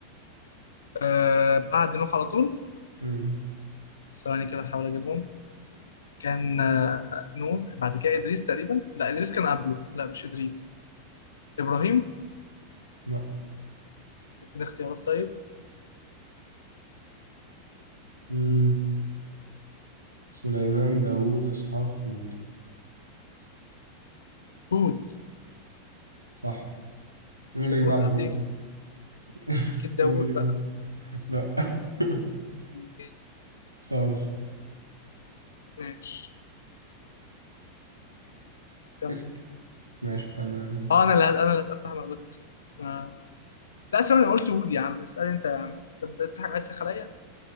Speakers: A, on the left; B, on the right.
A: آه بعد نوح على طول
B: امم
A: ثواني كده أحاول أجيبهم كان آه نوح بعد كده إدريس تقريبا لا إدريس كان قبله لا مش إدريس إبراهيم
B: لا
A: اديني اختيارات طيب
B: امم سليمان داوود اسحاق هود
A: هود
B: صح مين
A: عشان
B: اللي جه
A: هود
B: بعد
A: قبليهم
B: هود <laughs>
A: أكيد داوود
B: مين اللي جه بعد
A: بقى
B: لا <laughs>
A: مين؟
B: صالح
A: ماشي كمل
B: اسأل ماشي كمل ماشي
A: أه أنا اللي أنا اللي أسأل صح أنا غلطت آه. لا ثواني أنا قلت هود يا عم اسأل أنت يا عم أنت بتضحك عايز تسخن عليا